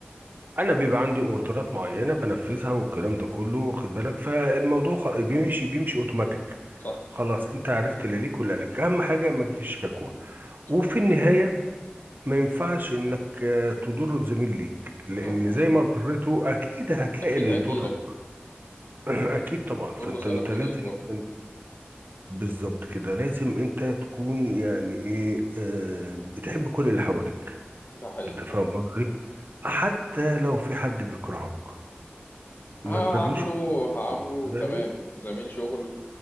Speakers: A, on the right; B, on the left.
A: انا بيبقى عندي اوردرات معينه بنفذها والكلام ده كله واخد بالك فالموضوع خ- بيمشي بيمشي اوتوماتيك
B: صح
A: خلاص انت عرفت اللي ليك واللي عليك اهم حاجه ما تجيش شكوى
B: صح
A: وفي النهايه ما ينفعش انك آه، تضر زميل ليك لان
B: لا طبعا
A: زي ما ضرته اكيد هتلاقي
B: اكيد
A: اللي
B: هجيلك
A: يضرك <clears throat> اكيد طبعا فانت
B: كله سلف
A: انت لازم
B: ودين برضه
A: <clears throat> بالظبط كده لازم انت تكون يعني ايه آه، بتحب كل اللي حواليك
B: ده حقيقي
A: انت
B: فعلا
A: فاهم قصدي حتى لو في حد بيكرهك ما
B: هعمله
A: تبادلوش كرهك.
B: هعمله
A: يعني
B: تمام زميل شغل